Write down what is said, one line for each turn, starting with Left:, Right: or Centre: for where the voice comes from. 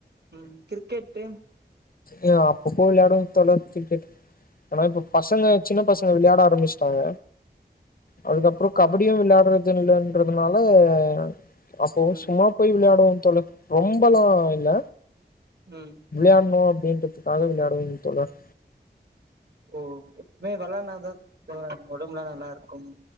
Right: ம் கிரிக்கெட்டு
Left: ஏ அப்பப்போ விளையாடுவோ தோழர் கிரிக்கெட் ஏனா இப்ப பசங்க சின்ன பசங் க விளையாட ஆரமிச்ட்டாங்க அதுக்கப்பறொ கபடியு
Right: ம்
Left: விளாட்றதில்லன்றதுனால <unintelligible> அப்போ
Right: ம்
Left: சும்மா போய் விளையாடுவோ தோழர் ரொம்பல்லா இல்ல
Right: உம்
Left: யாட்ணு அப்டின்றதுக்காக விளையாடுவெங்க தோழர்
Right: ஓ எப்மே வெளான்னாதா தோழர் ஒடம்புல்லா நல்லா இரு க்கும்